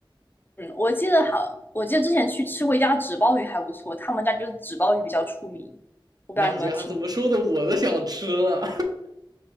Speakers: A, on the left (about 25°); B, on the right (about 50°).
A: 嗯，我记得好，我记得之前去吃过一家纸包鱼还不错，他们家就是纸包鱼比较出名，我不知道你们听
B: 那家怎么说的，我都想吃了。